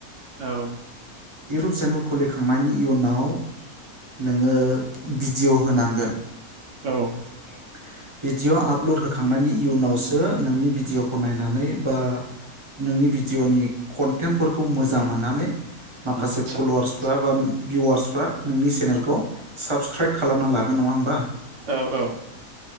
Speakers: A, on the right; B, on the right.
A: औ
B: इउटुब चेनेल खुलिखांनायनि इयुनाव नोङो बिडिय होनांगोन।
A: औ ओं
B: औ बिडिअ आपलद हो नि इयुनावसो नोंनि बिडियखौ नायनानै बा नोंनि बिडिअनि कनटेन्टफोरखौ मोजां मोननानै माखासे
A: आदसा
B: फलवार्सफ्रा बा भिवार्स फ्रा नोंनि चेनेलखौ साबसक्राइब खालामना लागोन नङाहोमबा।
A: औ औ